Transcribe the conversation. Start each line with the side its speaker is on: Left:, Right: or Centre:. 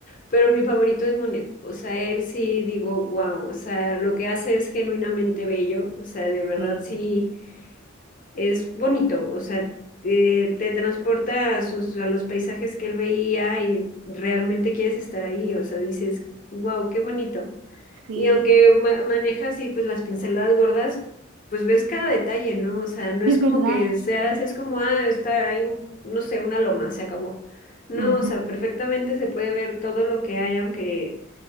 Left: Pero mi favorito es Monet. O sea, él sí digo, wow. O sea, lo que hace es genuinamente bello. O sea, de verdad
Right: Sí,
Left: sí es bonito. O sea, te, te transporta a, sus, a los paisajes que él veía y realmente quieres estar ahí. O sea, dices, wow, qué bonito.
Right: sí,
Left: Y aunque ma- maneja así pues las pinceladas gordas, pues ves cada detalle, ¿no? O sea, no
Right: es
Left: es
Right: verdad,
Left: como que seas,
Right: sí,
Left: es como, ah, está ahí, un- no sé, una loma, se acabó. No,
Right: Ujú.
Left: o sea, perfectamente se puede ver todo lo que hay, aunque,